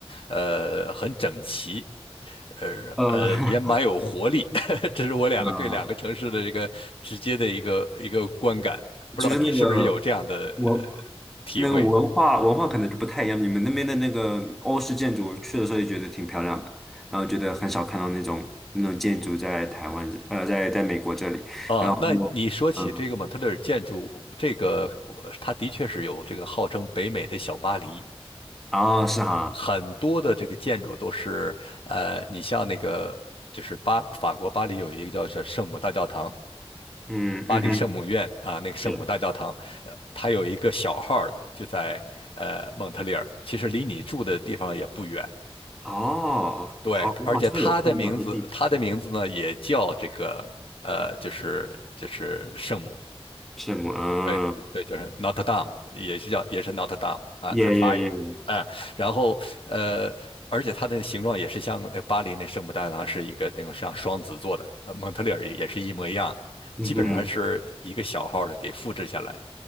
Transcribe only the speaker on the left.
呃，很整齐，呃呃，
也蛮有活力。<laughs> 这是我两个对两个城市的一个直接的一个一个观感，
不知道你是不是有这样的呃体会
啊？
那你说起这个蒙特利尔建筑，
这个我它的确是有这个号称北美的小巴黎，
很多的这个建筑都是呃，你像那个就是巴法国巴黎有一个叫是圣母大教堂。
巴黎圣母院啊，那个圣母大教堂，
呃，它有一个小号儿的，就在呃蒙特利尔，其实离你住的地方也不远。
对，
而且它的名字，它的名字呢也叫这个呃，就是就是圣母，
对对，就是 Notre Dame，也是叫也是 Notre Dame 啊，
就是法语。嗯，然后呃，而且它的形状也是像那巴黎那圣母大教堂是一个那种像双子座的，呃蒙特利尔也也是一模一样，
基本上是一个小号的给复制下来。